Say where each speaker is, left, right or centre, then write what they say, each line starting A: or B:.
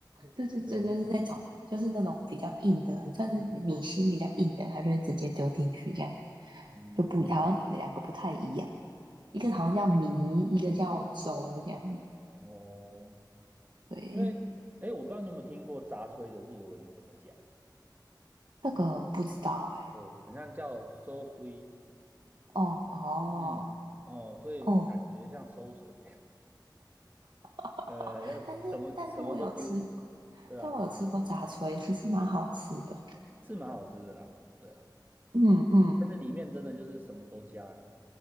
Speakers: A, on the right; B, on the right.
A: 对对对，
B: 对，
A: 就是那种就是那种比较硬的，算是米心比较硬的，它就会直接丢进去，这样
B: 嗯
A: 就不好像两个不太一样，一个好像叫米，
B: 嗯，
A: 一个叫粥这样。
B: 哦，
A: 对，
B: 因为诶，我不知道你有没有听过杂炊的日文怎么讲。
A: 这个不知道哎、
B: 哦，好像叫 s o s u
A: 哦哦，
B: 嗯，哦，所以感觉像馊水，
A: 嗯，<laughs>
B: <laughs> 呃，好像什么什么都丢，
A: 但是但是我有吃
B: 对啊，
A: 但我有吃过炸炊，其实蛮好吃的。
B: 是蛮好吃的啦，对啊，
A: 嗯嗯，
B: 但是里面真的就是什么都加，